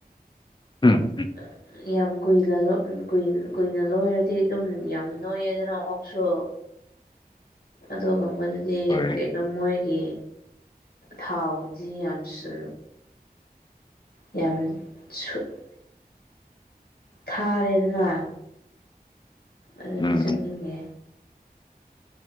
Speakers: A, on the left; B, on the left.
A: ꯎꯝ ꯫
B: <unintelligible> ꯌꯥꯝ ꯀꯨꯏꯂ ꯂꯣ ꯀꯨꯏꯅ ꯀꯨꯢꯅ ꯂꯣꯏꯔꯗꯤ ꯑꯗꯨꯝ ꯌꯥꯝ ꯅꯣꯏꯌꯦꯗꯅ ꯑꯣꯛꯁꯨ꯫ ꯑꯗꯣꯒꯨꯝꯕꯗꯨ- ꯗꯤ
A: ꯍꯣꯏ
B: ꯀꯩꯅꯣ ꯃꯣꯏꯒꯤ ꯊꯥꯎꯗꯤ ꯌꯥꯝꯁꯨ ꯌꯥꯝ ꯁꯨꯠ ꯊꯥꯔꯦꯗꯅ꯫ ꯑꯗꯨꯗꯤ
A: ꯎꯝ
B: ꯆꯥꯅꯤꯡꯉꯦ꯫